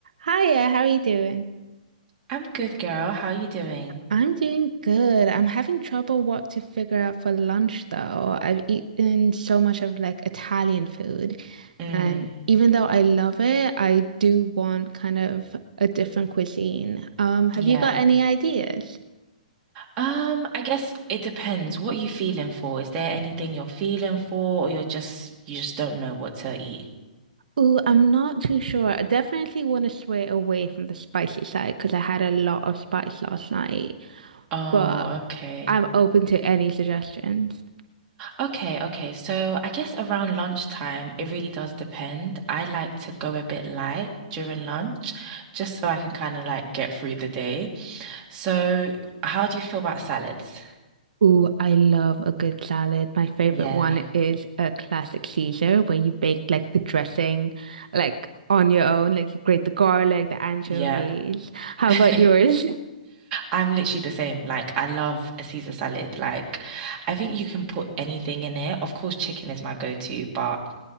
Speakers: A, on the right; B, on the right.
A: Hiya, how are you doing?
B: I'm good, girl. How you doing?
A: I'm doing good. I'm having trouble what to figure out for lunch though. I've eaten so much of like Italian food,
B: Mm,
A: and even though I love it, I do want kind of a different cuisine. Um, have
B: yeah.
A: you got any ideas?
B: Um, I guess it depends what you feeling for. Is there anything you're feeling for or you're just you just don't know what to eat?
A: Ooh, I'm not too sure. I definitely want to sway away from the spicy side because I had a lot of spice last night,
B: Oh,
A: but
B: okay.
A: I'm open to any suggestions.
B: Okay, okay. So I guess around lunchtime, it really does depend. I like to go a bit light during lunch just so I can kind of like get through the day. So, how do you feel about salads?
A: Ooh, I love a good salad. My favorite
B: Yeah.
A: one is a classic Caesar where you bake like the dressing like on your own, like you grate the garlic, the anchovies.
B: Yeah.
A: How
B: <laughs>
A: about yours? <laughs>
B: I'm literally the same. Like, I love a Caesar salad. Like, I think you can put anything in it. Of course, chicken is my go-to, but